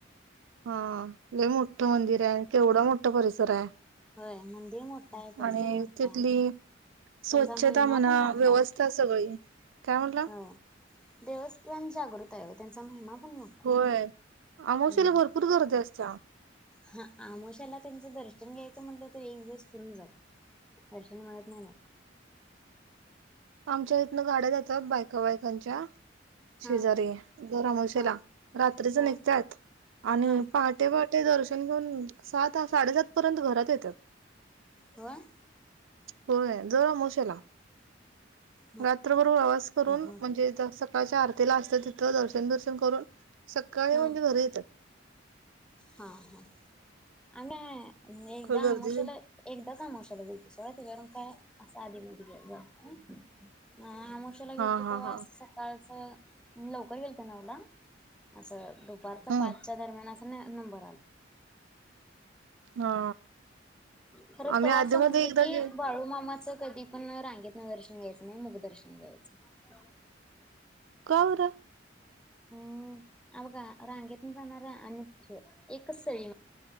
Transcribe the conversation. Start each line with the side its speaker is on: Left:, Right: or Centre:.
Right: हा मोठं मंदिर आहे केवढा मोठा परिसर आहे
Centre: होय मंदिर मोठा आहे परिसर
Right: आणि
Centre: मोठा
Right: तिथली
Centre: आहे
Right: स्वच्छता
Centre: त्यांचा महिमा
Right: म्हणा
Centre: पण होता्
Right: व्यवस्था सगळी काय म्हटला
Centre: हो देवस्थान जागृत आहे त्यांचा महिमा पण मोठा
Right: होय आमावश्याला
Centre: आहे हम्म
Right: भरपूर गरज असते
Centre: हा आमशाला त्यांच दर्शन घ्यायचं म्हटलं तर एक दिवस पुरून जात दर्शन मित नाही नक
Right: आमच्या इथन गाड्या जातात बायक बायकांच्या
Centre: हा
Right: शेजारी दरमावशेला
Centre: हा
Right: रात्रीच
Centre: हा
Right: निघतत आणि
Centre: हा
Right: पहाटे पट ते दर्शन घेऊन सात साडेसात पर्यंत घरात येतात
Centre: होय
Right: हो जरा मोशेला
Centre: हा
Right: रात्र बरोबर आवास करून
Centre: हा
Right: म्हणजे ज सकाळच्या आरती ला असते तिथं दर्शन दर्शन करून सकाळी
Centre: हा
Right: म्हणजे घरी येतात
Centre: हा हा आम म्हणजे एकदा
Right: गर्दी
Centre: मशाला एकदाचा मशला गिलतो सोळा ते गरम काय अस आधी म आमोशला गेल
Right: हा
Centre: तर
Right: हा
Centre: तेव्हा
Right: हा
Centre: अस सकाळ लवकर गेल नाला असं दुपारच्या
Right: हम्म
Centre: पाचच्या दरम्यान नबराल
Right: हा
Centre: खरं
Right: आम्ही
Centre: तेव्हा
Right: आधी
Centre: समजलं
Right: मध्ये एकदा
Centre: की
Right: गे
Centre: बाळू मामा अस कधी पण रांगेत ना दर्शन घ्यायचं नाही मुगदर्शन घ्यायचं
Right: का होरा
Centre: हम्म अ बघा रांगेत ना जाणार अन एकच सई